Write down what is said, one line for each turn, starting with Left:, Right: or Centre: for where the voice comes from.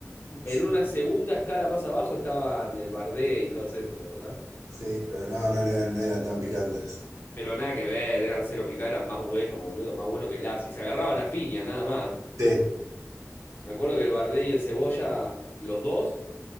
Left: En
Right: Sí,
Left: una segunda escala más abajo estaban el Bardé y todos esos, ¿te acordás?
Right: sí, pero no, no, no, no eran tan picantes.
Left: Pero nada que ver, eran cero picadas, eran más buenos, boludo, más buenos que Lassi. Se agarraban a piña, nada más.
Right: Sí.
Left: Me acuerdo que el Bardé y el Cebolla, los dos,